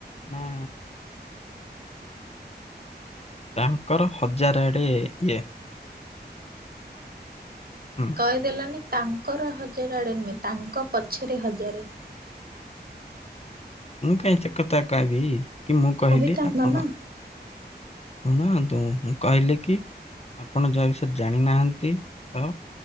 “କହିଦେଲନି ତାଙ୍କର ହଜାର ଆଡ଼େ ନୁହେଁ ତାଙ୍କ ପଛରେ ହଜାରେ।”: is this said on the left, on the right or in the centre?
Right